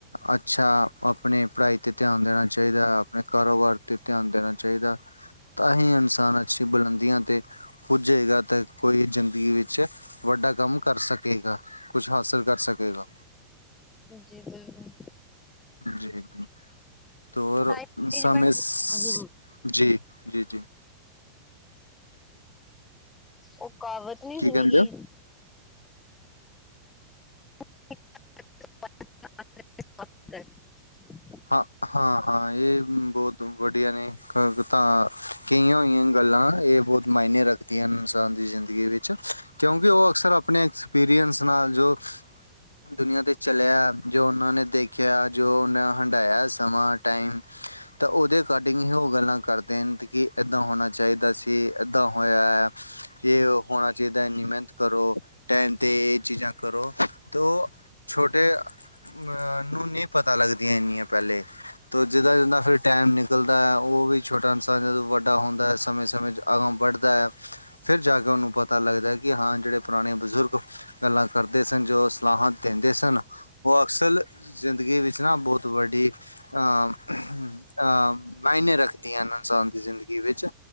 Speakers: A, on the left; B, on the left.
A: ਅੱਛਾ ਆਪਣੀ ਪੜ੍ਹਾਈ ਤੇ ਧਿਆਨ ਦੇਣਾ ਚਾਹੀਦਾ। ਆਪਣੇ ਕਾਰੋਬਾਰ ਤੇ ਧਿਆਨ ਦੇਣਾ ਚਾਹੀਦਾ, ਤਾਂ ਹੀ ਇਨਸਾਨ ਅੱਛੀ ਬੁਲੰਦੀਆਂ ਤੇ ਪੁੱਜੇਗਾ ਤੇ, ਕੋਈ ਜ਼ਿੰਦਗੀ ਵਿੱਚ ਵੱਡਾ ਕੰਮ ਕਰ ਸਕੇ। ਠੀਕ ਐ, ਕੁੱਛ ਹਾਸਿਲ ਕਰ ਸਕੇਗਾ।
B: ਜੀ ਬਿਲਕੁਲ
A: ਜੀ-ਜੀ ਹੋਰ
B: ਟਾਈਮ ਮੈਨੇਜਮੈਂਟ
A: ਸਮੇਂ ਸਿ, ਜੀ-ਜੀ-ਜੀ
B: ਉਹ ਕਹਾਵਤ ਨੀ
A: ਕੀ
B: ਸੁਣੀਗੀ।
A: ਕਹਿੰਦੇ ਹੋ
B: <unintelligible>
A: ਹਾਂ- ਹਾਂ-ਹਾਂ ਇਹ ਬੋਤ ਵਡੀਆ ਨੇ, ਤਾਂ ਕਈਆਂ ਹੋਈਆਂ ਗੱਲਾਂ ਇਹ ਬਹੁਤ ਮਾਇਨੇ ਰੱਖ ਦੀਆਂ ਇਨਸਾਨ ਦੀ ਜ਼ਿੰਦਗੀ ਵਿੱਚ, ਕਿਉਂਕਿ ਉਹ ਅਕਸਰ ਆਪਣੇ ਐਕਸਪੀਰੀਅੰਸ ਨਾਲ ਜੋ ਦੁਨੀਆਂ ਤੇ ਚਲਿਆ, ਜੋ ਉਹਨਾਂ ਨੇ ਦੇਖਿਆ, ਜੋ ਉਹਨਾਂ ਹੰਢਾਇਆ ਸਮਾਂ ਟਾਈਮ, ਤਾਂ ਉਹਦੇ ਅਕਾਡਿੰਗ ਹੀ ਉਹ ਗੱਲਾਂ ਕਰ ਦਿਨ ਦੀ ਕਿ ਏਦਾਂ ਹੋਣਾ ਚਾਹੀਦਾ ਸੀ, ਏਦਾਂ ਹੋਇਆ ਆ। ਇਹ ਹੋਣਾ ਚਾਹੀਦਾ ਇੰਨੀ ਮਿਹਨਤ ਕਰੋ, ਟਾਈਮ ਤੇ ਇਹ ਚੀਜਾਂ ਕਰੋ, ਤੋ ਛੋਟੇ ਅਹ ਨੂੰ ਨਹੀਂ ਪਤਾ ਲੱਗਦੀਆਂ ਇੰਨੀਆਂ ਪਹਿਲੇ। ਦੂਜੇ ਦਾ ਜਿੱਦਾਂ ਫੇਰ ਟਾਈਮ ਨਿਕਲਦਾ ਐ, ਉਹ ਵੀ ਛੋਟਾ ਇਨਸਾਨ ਜਦੋਂ ਵੱਡਾ ਹੁੰਦਾ, ਸਮੇਂ- ਸਮੇਂ ਅਗਾਂਹ ਵੱਢਦਾ, ਫਿਰ ਜਾ ਕੇ ਉਹਨੂੰ ਪਤਾ ਲੱਗਦਾ, ਕਿ ਹਾਂ ਜਿਹੜੇ ਪੁਰਾਣੇ ਬਜ਼ੁਰਗ ਗੱਲਾਂ ਕਰਦੇ ਸਨ, ਜੋ ਸਲਾਹਾਂ ਦਿੰਦੇ ਸਨ, ਉਹ ਅਕਸਰ ਜ਼ਿੰਦਗੀ ਵਿਚ ਨਾ ਬਹੁਤ ਵਡੀ ਅਹ ਅਹ ਮਾਇਨੇ ਰੱਖਦੀਆਂ ਹਨ, ਇਨਸਾਨ ਦੀ ਜ਼ਿੰਦਗੀ ਵਿੱਚ।